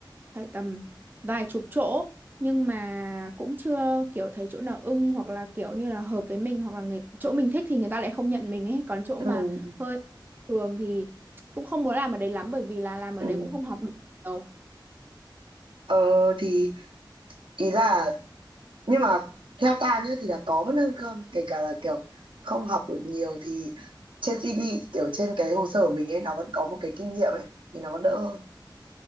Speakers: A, on the right; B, on the right.
A: phải tầm vài chục chỗ nhưng mà cũng chưa kiểu thấy chỗ nào ưng hoặc là kiểu như là hợp với mình hoặc là người chỗ mình thích thì người ta lại không nhận mình ấy còn chỗ
B: Ừ.
A: mà hơi thường thì cũng không muốn làm ở đấy lắm bởi vì là làm ở
B: Ừ.
A: đấy cũng không học được nhiều
B: Ờ thì ý là nhưng mà theo ta nhá thì là có vẫn hơn không kể cả là kiểu không học được nhiều thì trên CV kiểu trên cái hồ sơ của mình ấy nó vẫn có một cái kinh nghiệm ấy thì nó vẫn đỡ hơn